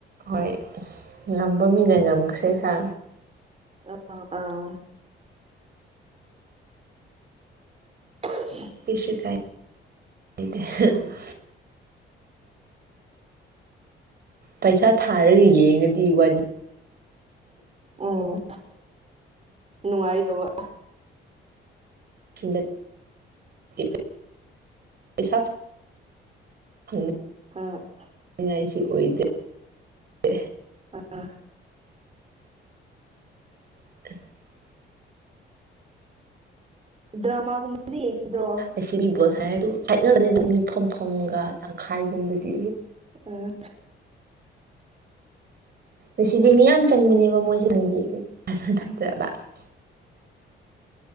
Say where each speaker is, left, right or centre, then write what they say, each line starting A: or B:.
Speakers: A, on the right; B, on the right.
A: ꯍꯣꯏ ꯉꯝꯕ ꯃꯤꯅ ꯉꯝꯈ꯭ꯔꯦ ꯍꯥ
B: <unintelligible> ꯑꯥꯎ <inaudible>
A: ꯀ꯭ꯔꯤꯁꯨ ꯀꯥꯏ <unintelligible> ꯄꯩꯁꯥ ꯊꯥꯔꯒ ꯌꯦꯡꯉꯗꯤ ꯋꯥꯔꯤ
B: ꯎꯝ ꯅꯨꯡꯉꯥꯏꯗꯧꯕ
A: <unintelligible> ꯄꯩꯁꯥ ꯐꯪꯅ
B: ꯑꯥ
A: ꯅꯤꯡꯉꯥꯏꯁꯨ ꯑꯣꯏꯗꯦ <unintelligible>
B: ꯑꯥ ꯑꯥ
A: <inaudible>
B: ꯗ꯭ꯔꯥꯃ ꯒꯨꯝꯕꯗꯤ ꯌꯦꯡꯗ꯭ꯔꯣ
A: ꯑꯁꯤ ꯃꯤ ꯕꯣꯜ ꯁꯔꯗꯨ ꯆꯠꯅꯕꯅꯦ ꯑꯗꯨꯝ ꯃꯤ ꯐꯝꯐꯝꯒ ꯇꯪꯈꯥꯏꯒꯨꯝꯕꯗꯤ
B: ꯑꯣ
A: ꯑꯁꯤꯗꯤ ꯃꯤ ꯌꯥꯝ ꯆꯟꯕꯅꯦꯕ ꯃꯣꯏ <unintelligible>